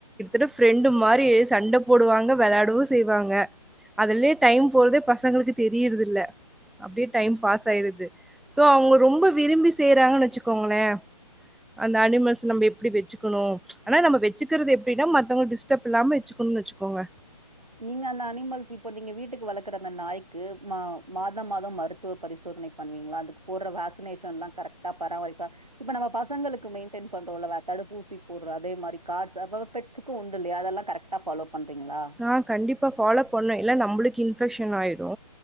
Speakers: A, in the centre; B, on the right.
A: ட ஃப்ரெண்டு மாரி சண்ட போடுவாங்க வெளையாடவு செய்வாங்க அதுலே டைம் போறதே பசங்களுக்கு தெரியறது இல்ல அப்டியே டைம் பாஸ் ஆய்ருது சோ அவுங்க ரொம்ப விரும்பி செய்றாங்கன்னு வச்சுக்கோங்களே அந்த அனிமல்ஸ் நம்ப எப்டி வச்சுக்கணு ஆனா நம்ம வச்சுக்கறது எப்டின்னா மத் தவங்க டிஸ்டப் இல்லாம வச்சுகணுன்ணு வச்சுக்கோங்க
B: நீங்க அந்த அனிமல்ஸ் இப் இப்ப நீங்க வீட்டுக்கு வளக்கற அந்த நாய்க்கு மா மாதம் மாதம் மருத்துவ பரிசோதனை பண்வீங்களா அதுக் போடுற வேக்சினேஷன்லா கரெக்டா பராமரிப்பா இப்ப நம்ம பசங்களுக்கு மெயின்டென் பண்றோல வ தடுப்பூசி போடுற அதே மாரி கார்ட்ஸ் அதேமாரி பெட்சுக்கும் உண்டு இல்லையா அதெல்லா கரெக்ட் டா ஃபாலோ பண்றீங்களா
A: நா கண்டிப்பா ஃபாலோ பண்ண இல்ல நம்பளுக்கு இன்ஃபெக்ஷன் ஆய்டு